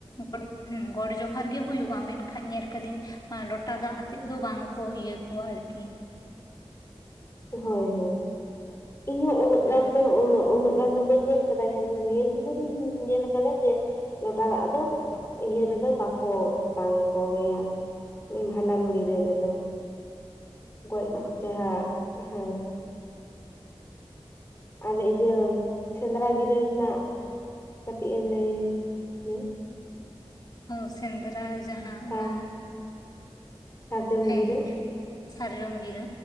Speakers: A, on the left (about 40°); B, on the left (about 25°).
A: ᱜᱚᱰ ᱦᱚᱸ ᱜᱚᱰ ᱡᱚᱦᱟᱨ ᱜᱮ ᱦᱩᱭᱩᱜᱼᱟ ᱢᱮᱱᱠᱷᱟᱱ ᱧᱮᱞ ᱠᱟᱹᱫᱟᱹᱧ ᱞᱚᱴᱟ ᱫᱟᱜ ᱟᱛᱮᱜ ᱫᱚ ᱵᱟᱝᱠᱚ ᱤᱭᱟᱹ ᱠᱚᱣᱟ ᱟᱨᱠᱤ,
B: ᱦᱳᱭ ᱦᱳᱭ, ᱤᱧ ᱦᱚ ᱩᱱᱟᱹᱜ
A: ᱦᱮᱸ
B: ᱜᱟᱱ ᱫᱚ ᱩᱱᱟᱹᱜ ᱜᱟᱱ ᱫᱚ ᱵᱟᱹᱧ ᱧᱮᱞ ᱟᱠᱟᱫᱟ ᱠᱤᱱᱛᱩ ᱱᱤᱭᱟᱹ ᱴᱩᱠᱩ ᱫᱩᱧ ᱧᱮᱞ ᱟᱠᱟᱫᱟ ᱡᱮ ᱞᱚᱴᱟ ᱫᱟᱜ ᱫᱚ ᱤᱭᱟᱹ ᱨᱮᱫᱚ ᱵᱟᱠᱚ ᱟᱛᱟᱝ ᱟᱠᱚ ᱜᱮᱭᱟ ᱾ ᱵᱷᱟᱸᱰᱟᱱ ᱜᱤᱨᱟᱹ ᱨᱮᱫᱚ ᱜᱚᱡ ᱡᱟᱦᱟ ᱦᱮᱸ ᱟᱨ ᱤᱭᱟᱹ ᱥᱮᱸᱫᱽᱨᱟ ᱜᱤᱨᱟᱹ ᱨᱮᱱᱟᱜ ᱠᱟᱹᱴᱤᱡ ᱮᱢ ᱞᱟᱹᱭ ᱢᱮ?
A: ᱚ ᱥᱮᱸᱫᱽᱨᱟ ᱡᱟᱦᱟᱸ
B: ᱥᱟᱨ
A: ᱚᱱᱟ
B: ᱥᱟᱨᱡᱚᱢ
A: ᱦᱮᱸ
B: ᱜᱤᱨᱟᱹ
A: ᱥᱟᱨᱡᱚᱢ ᱜᱤᱨᱟᱹ